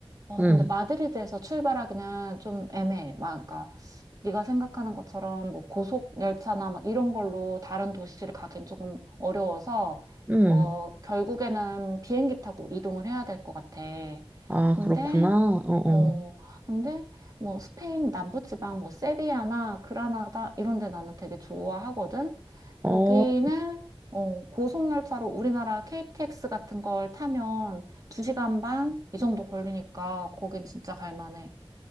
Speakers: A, on the right (about 40°); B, on the right (about 15°).
A: 어,
B: 응
A: 근데 마드리드에서 출발하기는 좀 애매해. 막, 그러니까 네가 생각하는 것처럼 뭐 고속 열차나 막 이런 걸로 다른 도시를 가긴 조금 어려워서
B: 응
A: 어, 결국에는 비행기 타고 이동을 해야 될 것 같아.
B: 아,
A: 근데
B: 그렇구나. 어어.
A: 어, 근데 뭐 스페인 남부지방 뭐 세비야나 그라나다 이런 데 나는 되게 좋아하거든. 거기는
B: 어, 어,
A: 어, 고속열차로 우리나라 KTX 같은 걸 타면 2시간 반 이 정도 걸리니까 거긴 진짜 갈 만해.